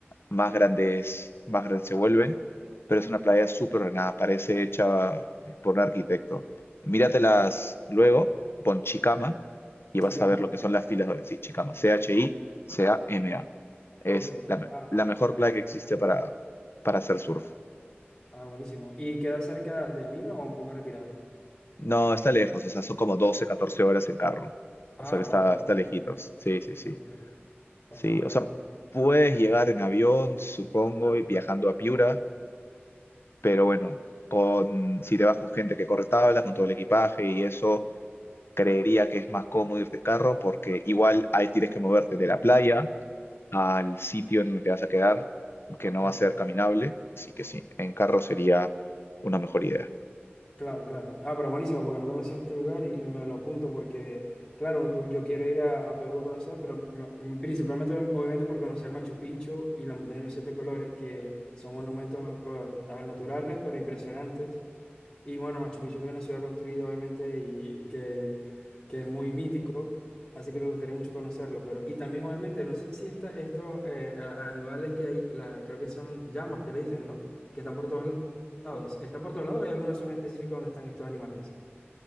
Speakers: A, on the left (about 65°); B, on the left (about 15°).
A: más grande es, más grande se vuelve, pero es una playa súper ordenada, parece hecha por un arquitecto. Míratelas luego, pon Chicama y vas
B: Chicama.
A: a ver lo que son las filas de sí, Chicama, C-H-I-C-A-M-A. Es
B: Ok.
A: la, me-
B: Ah,
A: la mejor playa que existe para, para hacer surf.
B: ah, buenísimo. ¿Y queda cerca de Lima o un poco retirado?
A: No, está lejos, o sea, son como 12 14 horas en carro.
B: Ah,
A: O sea que
B: wow,
A: está,
B: bastante,
A: está lejitos. Sí, sí, sí.
B: bastante lejos. Bastante
A: Sí, o sea, puedes llegar en avión, supongo, y viajando a Piura, Pero bueno, con, si te vas con gente que corre tablas, con todo el equipaje y eso, creería que es más cómodo irte en carro porque igual ahí tienes que moverte de la playa al sitio en donde te vas a quedar, que no
B: lejos.
A: va a ser caminable. Así que sí, en carro sería una mejor idea.
B: Claro, claro. Ah, pero buenísimo, porque no conocía este lugar y, y me lo apunto porque, claro, yo quiero ir a, a Perú a conocer, pero me- mm, principalmente, obviamente, por conocer Machu Picchu y la montaña de los siete colores, que son monumentos, eh, a ver, naturales, pero impresionantes. Y bueno, Machu Picchu que es una ciudad construida, obviamente, y, y que, que es muy mítico, así que me gustaría mucho conocerlo. Pero, y también, obviamente, no sé si esta, estos eh, a- animales que hay, la, creo que son llamas que le dicen, ¿no? Que están por todos lados. ¿Están por todos lados o hay alguna zona específica donde están estos animales?